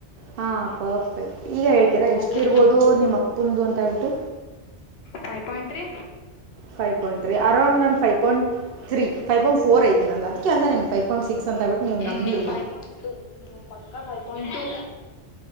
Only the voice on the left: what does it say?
ಓಕೆ
Five point three.
ಹ್ಮ್
ಫೈವ್ ಪಾಯಿಂಟ್ ಟು ನೀವು ಪಕ್ಕಾ ಫೈವ್ ಪಾಯಿಂಟ್ ಟು